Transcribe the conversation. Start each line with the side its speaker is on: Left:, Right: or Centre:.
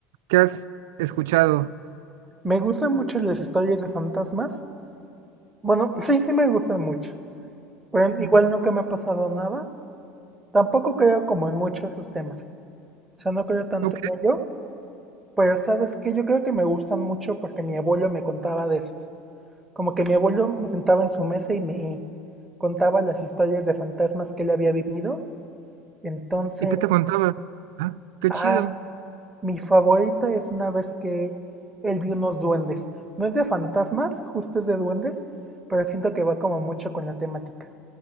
Right: ¿Qué has escuchado?
Centre: Me gustan mucho las historias de fantasmas. Bueno, <laughs> sí, sí me gustan mucho. Pero
Right: Mm,
Centre: igual nunca me ha pasado nada. Tampoco creo como en muchos de esos temas. O sea, no creo tanto
Right: Ok,
Centre: en ello. Pero sabes que yo creo que me gustan mucho porque mi abuelo me contaba de esos. Como que mi abuelo me sentaba en su mesa y me contaba las historias de fantasmas que él había vivido. Entonces,
Right: ¿y qué te contaba? Ah, qué
Centre: ay,
Right: chido.
Centre: mi favorita es una vez que él vio unos duendes. No es de fantasmas, justo es de duendes, pero siento que va como mucho con la temática.